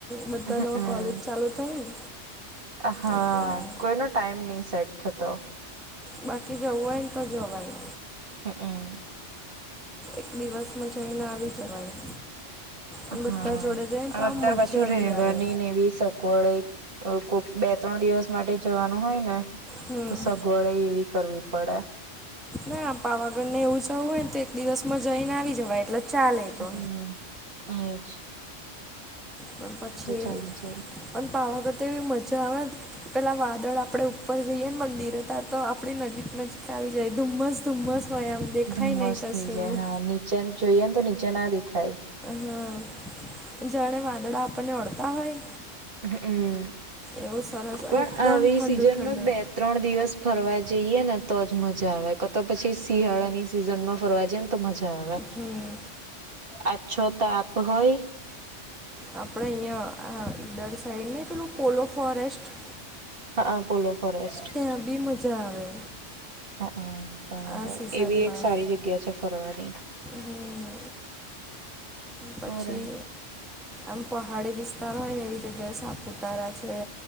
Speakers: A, in the centre; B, on the right.
A: બધ.
B: હમ
A: ન કોલેજ ચાલુ થાય ને
B: હા
A: અચ્છા.
B: કોઈનો ટાઈમ નહી સેટ થતો.
A: બાકી જવુ હોય ને તો જવાય.
B: હમહ.
A: એક દિવસમાં જઈને આવી જવાય. અને
B: હા
A: બધા જોડે જઈને
B: અને
A: તો આમ
B: અત્યાર
A: મજા
B: પાછું રહેવાની
A: બી આવે
B: એવી સગ. વડ કોક બે ત્રણ દિવસ માટે જવાનું હોય ને
A: હમ
B: તો સગવડ. એવી કરવી પડે.
A: ના પાવાગઢ ને એવું જવું હોય ને તો એક દિવસ માં જઈને આવી જવાય એટલે. ચાલે તો
B: હમ એ છે.
A: પણ પછી
B: ચાલી જાય
A: પણ પાવાગઢ તો એવી મજા આવે પેલા વાદળ આપણેે. ઉપ જઈએને મંદિર ત્યા તો આપણી નજીક નજીક આવી જાય ધુમ્મસ ધુમ્મસ હોય એમ. દેખાય
B: ધુમ્મસ
A: નહીં કશું
B: થઈ જાય હા નીચે જોઈએ ને તો નીચે ના દેખાય.
A: હા જાણે વાદડા આપણને અડતા હોય.
B: હમ
A: એવું સરસ અને
B: પણ
A: એકદમ
B: આવી
A: ઠંડુ
B: સિઝનમાં
A: ઠંડુ.
B: બે ત્રણ દિવસ ફરવા જઈએ ને તો જ મજા આવે કાતો પછી શિયાળાની સિઝન માં ફરવા જાય ને. તો મજા આવે
A: હમ
B: આછો તાપ હોય.
A: આપડે અહીંયા આ ઈડર સાઈડ ને પેલું પોલો ફોરેસ્ટ.
B: હહા પોલો ફોરેસ્ટ.
A: ત્યાં બી મજા આવે
B: હહા બરાબર
A: આ સિઝનમાં
B: એ બી એક સારી જગ્યા છે ફરવાની.
A: હમ પછી
B: હમ
A: આમ પહાડી વિસ્તાર હોય ને એવી જગ્યાએ સાપુતારા છે.